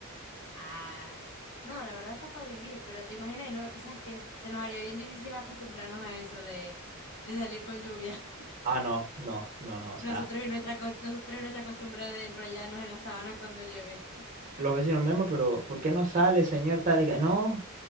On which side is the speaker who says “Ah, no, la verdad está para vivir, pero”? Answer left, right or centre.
Left